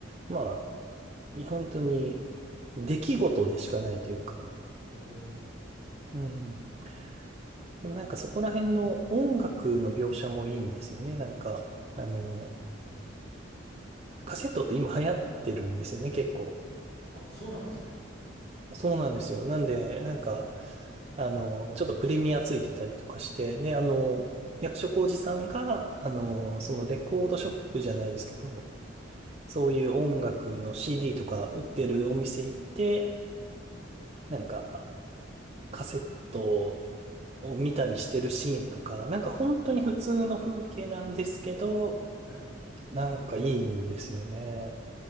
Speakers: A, on the right; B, on the left.
A: まあ、本当に出来事でしかないというか、
B: おお。
A: うん。でもなんかそこら辺の音楽の描写もいいんですよね。なんか、あの、カセットって今流行ってるんですよね、結構。
B: あ、そうなんですね。
A: そうなんですよ。なんで、なんか、あの、ちょっとプレミアついてたりとかして、で、あの、役所広司さんが、あの、そのレコードショップじゃないですけど、そういう音楽の CD とか売ってるお店行って、なんかカセットを見たりしてるシーンとか、なんか本当に普通の風景なんですけど、
B: はい。
A: なんかいいんですよね。